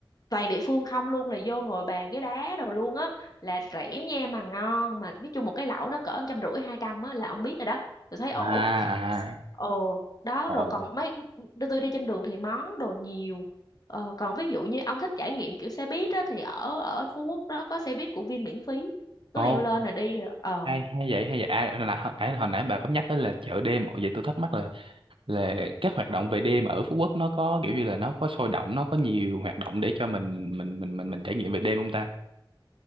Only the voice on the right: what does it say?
à
à à.
ồ
ồ
hay hay vậy hay vậy à hồi nãy, hồi, hồi nãy bà có nhắc tới là chợ đêm Ồ, vậy tôi thắc mắc là là các hoạt động về đêm ở Phú Quốc nó có kiểu như là nó có sôi động nó có nhiều hoạt động để cho mình mình mình mình mình trải nghiệm về đêm không ta